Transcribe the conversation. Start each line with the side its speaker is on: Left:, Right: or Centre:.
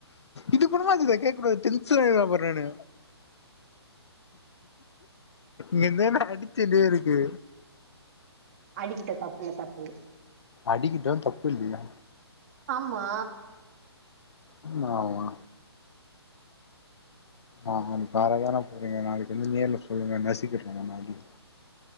Left: இதுக்குணமா திதா வெக்கேட் பண்ரது டென்ஷன் ஆயிருவே அப்பரோ நானு நீந்தான் என்ன அடிச்சிட்டே இருக்கு
Right: அடிக்கிட்டு தப்புல தப்புல
Left: அடிக்கிட்டு தப்பு இல்லையா
Right: ஆமா
Left: ஆமாவா ஆக்குற தானே போறங்க புடிங்க நாளைக்கு வந்து நேரில் சொல்லுங்க நசுக்கறேங்க நானு